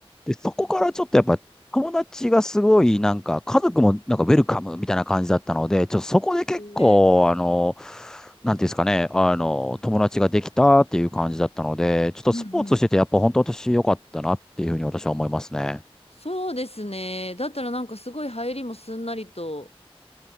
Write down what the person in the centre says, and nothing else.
で、そこからちょっとやっぱ友達がすごいなんか家族もなんかウェルカムみたいな感じだったので、ちょっとそこで結構あの、
なんていうんですかね、あの、友達ができたっていう感じだったので、ちょっとスポーツしててやっぱ本当私良かったなっていうふうに私は思いますね。